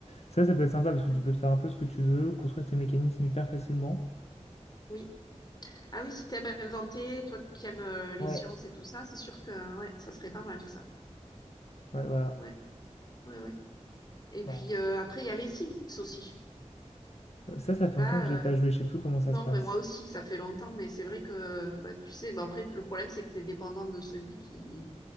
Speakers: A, on the left; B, on the left.
A: Ça, ça peut être sympa parce
B: Ouais.
A: que tu peux te faire un peu ce que tu veux, construire tes mécanismes hyper facilement.
B: Oui. Ah oui, si t'aimes inventer, toi qui aimes euh, les
A: Ouais.
B: sciences et tout ça, c'est sûr que ouais, ça serait pas mal ça.
A: Ouais, voilà.
B: Ouais, ouais, ouais. Et puis
A: Voilà.
B: euh, après, il y a les Sims aussi.
A: Euh, Ça, ça fait
B: Là,
A: longtemps que j'ai pas
B: euh,
A: joué, je sais plus comment ça
B: non,
A: se passe.
B: mais moi aussi, ça fait longtemps, mais c'est vrai que bah tu sais, bah, après, le problème, c'est que t'es dépendant de celui qui,